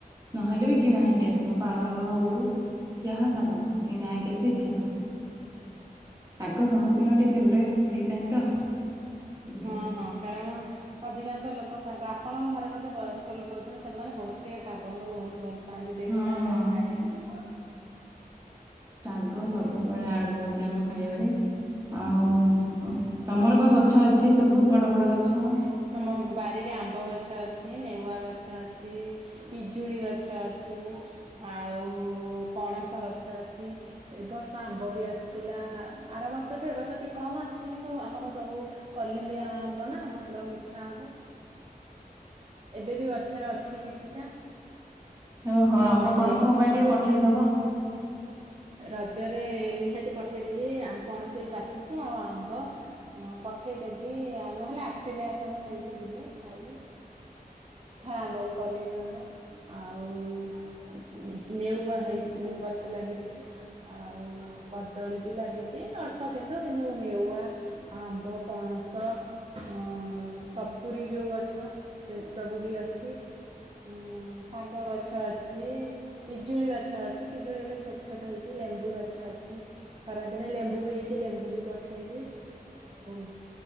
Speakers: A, on the right; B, on the right.
A: ନହେଲେ ବି କିଣା ହେଇକି ଆସିବ ପାଳଙ୍ଗ ହଉ ଯାହା ଶାଗ ହେଉ କିନା ହେଇକି ଆସି ଖିଆ ହବ। ଶାଗ ସମସ୍ତିଙ୍କର ଟିକେ ଫେବରାଇଟ୍ ହେଇଥାଏ ତ। ସେଥିଲାଗି
B: ହଁ ହଁ କାରଣ ଅଧିକାଂଶ ଲୋକ ଶାଗ ଆପଣଙ୍କ ଘରେ ବୋଧେ ବୟସ୍କ ଲୋକ ଅଛନ୍ତି ସେମାନେ ବହୁତ ଟିକେ ଶାଗଙ୍କୁ ବହୁତ ଭଲ ପାଆନ୍ତି ଡେଲି
A: ହଁ
B: ତାଙ୍କର
A: ହଁ
B: ଖାଇବାରେ।
A: ଶାଗ ସବୁବେଳେ ଆଡ଼ ହଉଚି ଆମ ଖାଇବାରେ ଆଉ ତମର କଁ ତମର କଁ ଗ ଛ ଅଛି ସବୁ ବଡ଼ ବଡ଼ ଗଛ।
B: ଆମର ବାରିରେ ଆମ୍ବ ଗଛ ଅଛି ନେଉଆ ଗଛ ଅଛି ପିଜୁଳି ଗଛ ଅଛି ଆଉ ପଣସ ଗଛ ଅଛି। ଏ ବର୍ଷ ଆମ୍ବ ବି ଆସିଥିଲା ଆର ବର୍ଷଠୁ ଏ ବର୍ଷ ଟିକେ କମ ଆସିଛି କିନ୍ତୁ ଆମର ସବୁ କଲିମ୍ବି ଆମ୍ବ ନା ଭଲ ମି ମିଠା ଆମ୍ବ ଏବେ ବି ଗଛରେ ଅଛି କିଛି।
A: ଓହୋ ଆମ୍ବ ପଣସ
B: ନେ
A: ମୋ ପାଇଁ ଟିକେ ପଠେଇଦବ?
B: ରଜରେ ନିହାତି ପଠେଇଦେବି ଆମ ପଣସ ବି ପାଚିଛି ଆଉ ଆମ୍ବ ହଁ ପଠେଇଦେବି ନହେଲେ ଆସିଲେ ଆପଣ ନେଇକି ଯିବେ ଖାଇବେ। ମିଠା ଆମ୍ବ ବି କଲିମ ଆମ୍ବ। ଆଉ ନେଉଆ ହେଇ ଗଛ ଲାଗିଛି। ଆଉ କଦଳୀ ବି ଲାଗିଛି ଅଳ୍ପ କିନ୍ତୁ କିନ୍ତୁ ନେଉଆ ଆମ୍ବ ପଣସ ଅ ସପୁୁରୀ ଯୋଉ ଗଛ। ସେ ସବୁ ବି ଅଛି। ଉଁ ଶାଗ ଗଛ ଅଛି ପିଜୁଳି ଗଛ ଅଛି ପିଜୁଳି ଏବେ ଛୋଟ ଛୋଟ ହେଇଛି ଲେମ୍ବୁ ଗଛ ଅଛି। ଖରା ଦିନେ ଲେମ୍ବୁ ବି ହେଇଛି ଲିମ୍ବ ବି ପଠେଇବି। ହଉ?